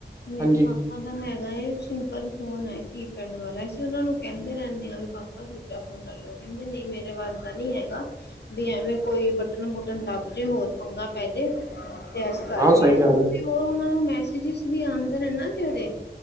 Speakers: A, on the left; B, on the right.
A: ਮੇਰੇ
B: ਹਾਂਜੀ
A: ਪਾ ਓਦਾ ਹੈਗਾ। ਛਿੰਪਲ ਫੋਨ ਹੈ, ਕੀਪੈਡ ਵਲਾ। ਅਸੀਂ ਓਨਾਂ ਨੂੰ ਕਹਿੰਦੇ ਰਹਿੰਨੇ ਹਾਂ, ਵੀ ਪਾਪਾ, ਦੂਜਾ ਫੋ <inaudible> ਕੇਂਦੇ ਨਹੀਂ, ਮੇਰੇ ਵਸਦਾ ਨੀ ਐਗਾ। ਵੀ ਐਵੇਂ, ਕੋਈ ਬਟਨ ਬੁਟਨ ਦੱਬ ਜੇ, ਹੋਰ ਪੰਗਾ ਪੈ ਜੇ ਤੇ ਐਸ ਕਰਕੇ,
B: ਹਾਂ ਸਹੀ ਗੱਲ ਹੈ।
A: ਹੋਰ ਓਨਾਨੂੰ ਮੈਸਜੀਸ ਵੀ ਆਂਦੇ ਨੇ ਨਾ, ਜੇੜੇ